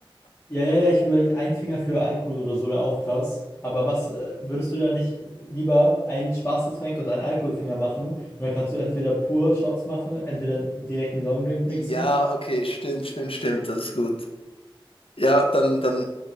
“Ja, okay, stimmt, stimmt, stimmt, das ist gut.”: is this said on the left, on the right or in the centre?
Left